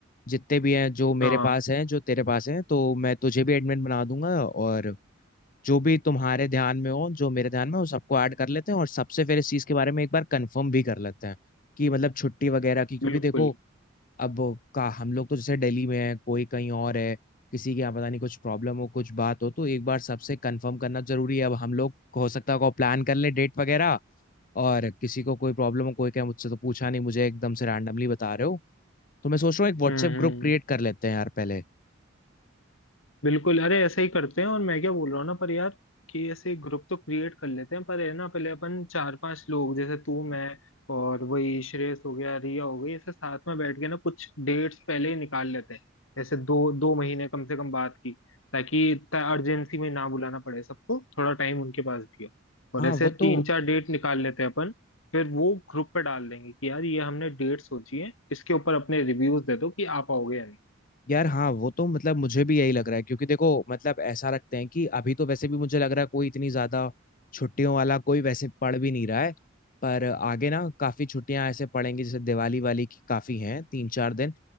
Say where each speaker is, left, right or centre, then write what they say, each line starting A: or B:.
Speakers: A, on the left; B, on the left.
A: जितने भी हैं जो मेरे
B: हाँ
A: पास हैं जो तेरे पास हैं तो मैं तुझे भी एडमिन बना दूंगा और जो भी तुम्हारे ध्यान में हो जो मेरे ध्यान में हो सबको ऐड कर लेते हैं और सबसे फिर इस चीज़ के बारे में एक बार कंफर्म भी कर लेते हैं कि मतलब छुट्टी वगैरह की क्योंकि
B: बिल्कुल
A: देखो अब वो का हम लोग तो जैसे दिल्ली में है कोई कहीं और है किसी के यहाँ पता नहीं कुछ प्रॉब्लम हो कुछ बात हो तो एक बार सबसे कंफर्म करना जरूरी है अब हम लोग हो सकता है को प्लान कर ले डेट वगैरह और किसी को कोई प्रॉब्लम हो कोई क्या मुझसे तो पूछा नहीं मुझे एकदम से रैंडमली बता रहे हो तो मैं सोच रहा हूँ एक व्हाट्सएप
B: हम्म हम्म
A: ग्रुप
B: हम्म।
A: क्रिएट कर लेते हैं यार पहले
B: बिल्कुल अरे ऐसे ही करते हैं और मैं क्या बोल रहा हूँ ना पर यार कि ऐसे ग्रुप तो क्रिएट कर लेते हैं पर है ना पहले अपन चार पांच लोग जैसे तू मैं और वही श्रेयस हो गया रिया हो गई ऐसे साथ में बैठ के ना कुछ डेट्स पहले ही निकाल लेते हैं जैसे दो दो महीने कम से कम बात की ताकि इतना अर्जेंसी में ना बुलाना पड़े सबको थोड़ा टाइम उनके पास भी हो और
A: हाँ
B: ऐसे
A: वो तो
B: तीन चार डेट निकाल लेते हैं अपन फिर वो ग्रुप पे डाल देंगे कि यार ये हमने डेट सोची है इसके ऊपर अपने रिव्यूज दे दो कि आ पाओगे या नहीं
A: यार हाँ वो तो मतलब मुझे भी यही लग रहा है क्योंकि देखो मतलब ऐसा रखते हैं कि अभी तो वैसे भी मुझे लग रहा है कोई इतनी ज्यादा छुट्टियों वाला कोई वैसे पढ़ भी नहीं रहा है पर आगे ना काफी छुट्टियां ऐसे पड़ेंगी जैसे दिवाली वाली की काफी हैं तीन चार दिन